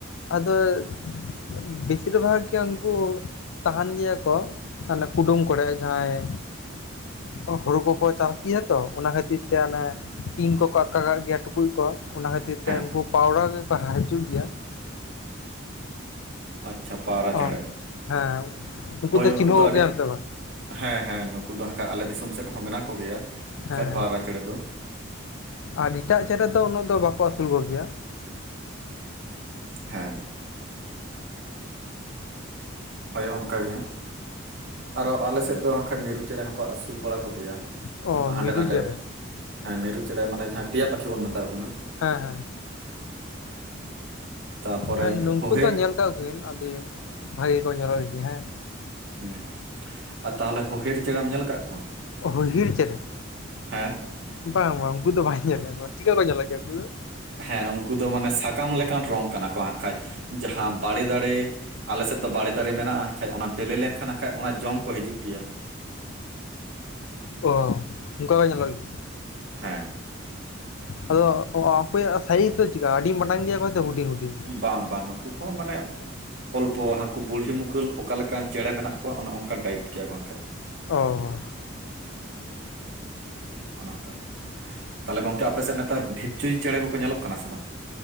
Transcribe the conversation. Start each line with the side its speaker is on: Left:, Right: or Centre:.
Left: ᱟᱫᱚ... ᱵᱮᱥᱤᱨ ᱵᱷᱟᱜᱽ ᱜᱮ ᱩᱱᱠᱩ ᱛᱟᱦᱟᱱ ᱜᱮᱭᱟ ᱠᱚ ᱦᱚᱱᱮ ᱠᱩᱰᱩᱢ ᱠᱚᱨᱮ ᱡᱟᱦᱟᱸᱭ ᱦᱩᱲᱩ ᱠᱚᱠᱚ ᱪᱟᱥ ᱜᱮᱭᱟ ᱛᱚ ᱚᱱᱟ ᱠᱷᱟᱹᱛᱤᱨ ᱛᱮ ᱚᱱᱮ ᱛᱤᱧ ᱠᱚᱠᱚ ᱟᱠᱟᱠᱟᱜ ᱜᱮᱭᱟ ᱴᱩᱠᱩᱡ ᱠᱚ ᱚᱱᱟ ᱠᱷᱟᱹᱛᱤᱨ
Right: ᱦᱮᱸ
Left: ᱛᱮ ᱩᱱᱠᱩ ᱯᱟᱣᱨᱟ ᱜᱮᱠᱚ ᱦᱮᱡᱩᱜ ᱜᱮᱭᱟ
Right: ᱟᱪᱪᱷᱟ ᱯᱟᱣᱨᱟ
Left: ᱚ
Right: ᱪᱮᱬᱮ
Left: ᱦᱮᱸ
Right: ᱦᱳᱭ ᱩᱱᱠᱩ
Left: ᱪᱤᱱᱦᱟᱹᱣ
Right: ᱫᱚ ᱟᱹᱰᱤ
Left: ᱠᱚᱜᱮᱭᱟᱢ ᱥᱮ ᱵᱟᱝ
Right: ᱦᱮᱸ ᱦᱮᱸ ᱱᱩᱠᱩ ᱫᱚ ᱟᱠᱷᱟᱡ ᱟᱞᱮ ᱫᱤᱥᱚᱢ ᱥᱮᱫ ᱦᱚᱸ ᱢᱮᱱᱟᱜ ᱠᱚᱜᱮᱭᱟ ᱟᱠᱷᱟᱡ
Left: ᱦᱮᱸ
Right: ᱯᱟᱣᱨᱟ ᱪᱮᱬᱮ ᱫᱚ
Left: ᱟᱨ ᱮᱴᱟᱜ ᱪᱮᱬᱮ ᱫᱚ ᱩᱱᱟᱹᱜ ᱫᱚ ᱵᱟᱠᱚ ᱟᱹᱥᱩᱞ ᱠᱚᱜᱮᱭᱟ
Right: ᱦᱮᱸ ᱦᱳᱭ ᱚᱱᱠᱟ ᱜᱮ ᱟᱨᱚ ᱟᱞᱮ ᱥᱮᱫ ᱫᱚ ᱦᱟᱠᱷᱟᱱ ᱢᱤᱨᱩ ᱪᱮᱬᱮ ᱦᱚᱸᱠᱚ ᱟᱹᱥᱩᱞ ᱵᱟᱲᱟ ᱠᱚᱜᱮᱭᱟ
Left: ᱚ ᱢᱤᱨᱩ
Right: ᱦᱟᱸᱰᱮ ᱱᱟᱰᱮ
Left: ᱪᱮᱬᱮ
Right: ᱦᱮᱸ ᱢᱤᱨᱩ ᱪᱮᱬᱮ ᱢᱟᱱᱮ ᱡᱟᱦᱟᱸ ᱴᱮᱭᱟ ᱯᱟᱠᱷᱤ ᱵᱚᱱ ᱢᱮᱛᱟᱣ ᱠᱟᱱᱟ
Left: ᱦᱮᱸ ᱦᱮᱸ
Right: <inaudible> ᱛᱟᱯᱚᱨᱮ
Left: ᱦᱮᱸ ᱱᱩᱠᱩ
Right: ᱦᱳᱦᱮᱫ
Left: ᱫᱚ ᱧᱮᱞ ᱠᱟᱫ ᱠᱚᱤᱱ ᱟᱹᱰᱤ ᱵᱷᱟᱜᱤ ᱠᱚ ᱧᱮᱞᱚᱜ ᱜᱮᱭᱟ ᱦᱮᱸ
Right: ᱦᱩᱸ ᱟᱨ ᱛᱟᱦᱚᱞᱮ ᱦᱳᱦᱮᱨ ᱪᱮᱲᱮᱢ ᱧᱮᱞ ᱟᱠᱟᱫ ᱠᱚᱣᱟ
Left: <unintelligible> ᱚᱳ ᱦᱤᱲ ᱪᱮᱬᱮ
Right: ᱦᱮᱸ
Left: ᱵᱟᱝ ᱵᱟᱝ ᱩᱱᱠᱩ ᱫᱚ ᱵᱟᱝ ᱧᱮᱞ ᱠᱚᱣᱟ ᱪᱤᱫᱠᱟᱠᱚ ᱧᱮᱞᱚᱜ ᱜᱮᱭᱟ ᱩᱱᱠᱩ ᱫᱚ
Right: ᱦᱮᱸ ᱩᱱᱠᱩ ᱫᱚ ᱢᱟᱱᱮ ᱥᱟᱠᱟᱢ ᱞᱮᱠᱟᱱ ᱨᱚᱝ ᱠᱟᱱᱟ ᱠᱚ ᱟᱠᱷᱟᱡ ᱡᱟᱦᱟᱸ ᱵᱟᱲᱮ ᱫᱟᱲᱮ ᱟᱞᱮᱥᱮᱫ ᱫᱚ ᱵᱟᱲᱮ ᱫᱟᱨᱮ ᱢᱮᱱᱟᱜᱼᱟ ᱟᱠᱷᱟᱡ ᱚᱱᱟ ᱵᱮᱞᱮ ᱞᱮᱱᱠᱷᱟᱱ ᱟᱠᱷᱟᱡ ᱚᱱᱟ ᱡᱚᱢ ᱠᱚ ᱦᱤᱡᱩᱜ ᱜᱮᱭᱟ
Left: ᱚ ᱚᱱᱠᱟ ᱠᱚ ᱧᱮᱞᱚᱜ ᱜᱮᱭᱟ
Right: ᱦᱮᱸ
Left: ᱟᱫᱚ ᱚᱠᱚᱭᱟᱜ ᱥᱟᱭᱤᱡᱽ ᱫᱚ ᱪᱮᱠᱟ ᱟᱹᱰᱤ ᱢᱟᱨᱟᱝ ᱜᱮᱭᱟ ᱚᱠᱚᱭ ᱛᱚ ᱦᱩᱰᱤᱧ ᱦᱩᱰᱤᱧ ᱜᱮᱭᱟ
Right: ᱵᱟᱝ ᱵᱟᱝ ᱱᱩᱠᱩ ᱦᱚᱸ ᱢᱟᱱᱮ ᱚᱞᱯᱚ ᱦᱟᱱᱠᱩ ᱵᱩᱲᱦᱤ ᱢᱩᱠᱟᱹᱞ ᱚᱠᱟ ᱞᱮᱠᱟᱱ ᱪᱮᱬᱮ ᱢᱮᱱᱟᱜ ᱠᱚᱣᱟ ᱚᱱᱮ ᱚᱱᱠᱟᱱ ᱴᱟᱭᱤᱯ ᱜᱮᱭᱟ ᱠᱚ ᱦᱟᱸᱜ
Left: ᱚᱦᱚ
Right: ᱚᱱᱮ ᱚᱝᱠᱟ ᱛᱟᱦᱚᱞᱮ ᱜᱚᱝᱠᱮ ᱟᱯᱮᱥᱮᱫ ᱱᱮᱛᱟᱨ ᱰᱷᱤᱯᱪᱩᱭ ᱪᱮᱸᱬᱮ ᱠᱚᱠᱚ ᱧᱮᱞᱚᱜ ᱠᱟᱱᱟ ᱥᱮ ᱵᱟᱝ